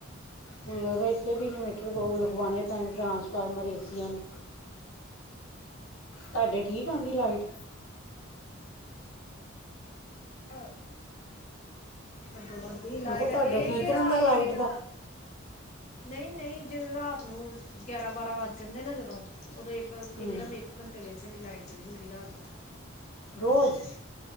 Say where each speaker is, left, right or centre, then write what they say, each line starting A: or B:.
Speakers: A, on the left; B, on the left.
A: ਮੈਨੂੰ ਲਗਦਾ ਇੱਥੇ ਵੀ ਇਨਵੇਟਰ ਲਗਵਾਣੇ ਪੈਣੇ ਟਰਾਂਸਫਾਰਮਰ ਏਸੀਆਂ ਨੂੰ।
B: <unintelligible> <unintelligible>
A: ਤੁਹਾਡੇ ਠੀਕ ਆਉਂਦੀ ਲਾਈਟ।
B: ਅਮ ਅਧ ਅਧਦੀ ਲਾਈਟ
A: ਮੈਂ ਕਿਹਾ ਤੁਹਾਡੇ
B: ਇਹ
A: ਠੀਕ
B: ਕਿ
A: ਰਹਿੰਦਾ
B: ਰਾਤ
A: ਲਾਈਟ
B: ਨੂੰ
A: ਦਾ
B: ਨਹੀਂ- ਨਹੀਂ ਜਦੋਂ ਰਾਤ ਨੂੰ ਹ ਗਿਆਰਾਂ -ਬਾਰਾਂ ਵੱਜ ਜਾਂਦੇ ਨਾ ਜਦੋਂ, ਉਦੋਂ ਇੱਕ
A: ਹੂੰ
B: ਇੱਕਦਮ ਇੱਕ ਘੰਟੇ ਲਈ ਸਾਡੀ ਲਾਈਟ ਚੱਲ ਜਾਂਦੀ ਰਾਤ ਨੂੰ
A: ਰੋਜ਼